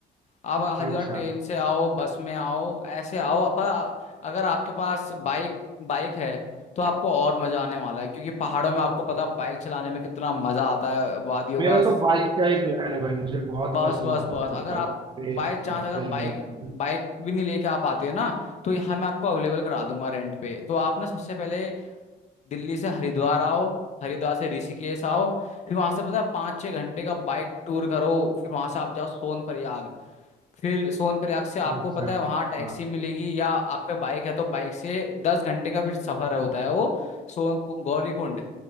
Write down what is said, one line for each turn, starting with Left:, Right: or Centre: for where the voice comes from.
Left: आप हरिद्वार
Right: अच्छा
Left: ट्रेन से आओ बस में आओ ऐसे आओ पर अगर आपके पास बाइक बाइक है तो आपको और मजा आने वाला है क्योंकि पहाड़ों में आपको पता बाइक चलाने में कितना मजा आता है वादियों
Right: मेरा
Left: का
Right: तो बाइक का ही प्लान है भाई मुझे बहुत
Left: बस
Right: पसंद
Left: बस
Right: आता
Left: बस
Right: है मतलब
Left: अगर
Right: बाइक
Left: आप
Right: पे
Left: बाय चांस
Right: रहते
Left: अगर बाइक
Right: हैं ना मतलब।
Left: बाइक भी नहीं लेके आप आते हैं ना तो यहाँ मैं आपको अवेलेबल करा दूंगा रेंट पे तो आप ना सबसे पहले दिल्ली से हरिद्वार आओ हरिद्वार से ऋषिकेश आओ फिर वहां से पता है पाँच छः घंटे का बाइक टूर करो फिर वहां से आप जाओ सोन प्रयाग फिर सोन प्रयाग से आपको
Right: अच्छा
Left: पता है वहां टैक्सी
Right: हाँ
Left: मिलेगी या आप पे बाइक है तो बाइक से दस घंटे का फिर सफर होता है वो सोन गौरीकुंड